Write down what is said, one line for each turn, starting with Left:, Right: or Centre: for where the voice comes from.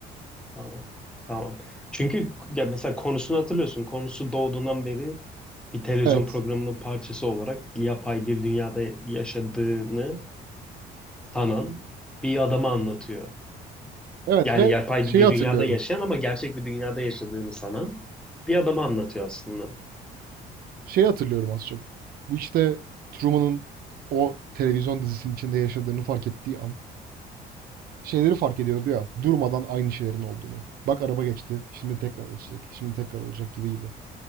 Centre: tamam. Tamam. Çünkü ya mesela konusunu hatırlıyorsun. Konusu doğduğundan beri bir televizyon
Right: Evet.
Centre: programının parçası olarak yapay bir dünyada yaşadığını sanan bir adamı anlatıyor.
Right: Evet
Centre: Yani
Right: ve
Centre: yapay
Right: şeyi
Centre: bir
Right: hatırlıyorum.
Centre: dünyada yaşayan ama gerçek bir dünyada yaşadığını sanan bir adamı anlatıyor aslında.
Right: Şeyi hatırlıyorum az çok. Bu işte Truman'ın o televizyon dizisinin içinde yaşadığını fark ettiği an şeyleri fark ediyordu ya durmadan aynı şeylerin olduğunu. Bak araba geçti, şimdi tekrar geçecek, şimdi tekrar olacak gibi gibi.